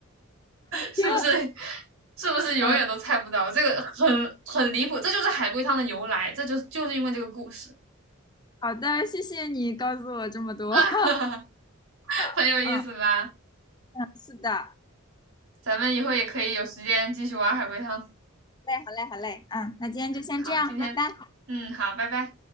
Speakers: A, on the right; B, on the left.
A: 是不是？
B: 天，
A: 是不是永远都猜不到？
B: 嗯，
A: 这个很很离谱，这就是海龟汤的由来，这就就是因为这个故事，
B: 好的，谢谢你告诉我这么多，
A: <laughs>
B: <laughs> 对的，
A: 很有意思吧？
B: 嗯，是的，好
A: 咱们以后也可以有时间继续玩海龟汤。
B: 嘞，好嘞，好嘞，嗯，那今天就先这样，
A: 好，今天，
B: 拜拜。
A: 嗯，好，拜拜。